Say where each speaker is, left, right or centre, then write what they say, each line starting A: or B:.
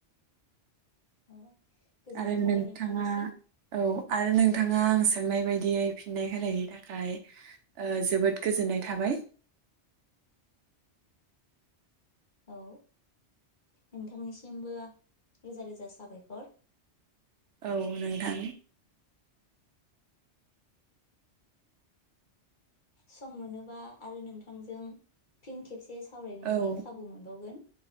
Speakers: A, on the left; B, on the right.
A: औ गोजोननाय
B: आरो नोंथाङा
A: थाबाय नोंथांनिसिम
B: औ आरो नों नोंथाङा आं सोंनाय बायदियै फिननाय होनायनि थाखाय ओ जोबोद गोजोननाय थाबाय।
A: औ नोंथांनिसिमबो रोजा रोजा साबायखर
B: औ नोंथां।
A: सम मोनोबा आरो नोंथांजों फिन खेबसे सावरायनायनि
B: औ
A: खाबु मोनबावगोन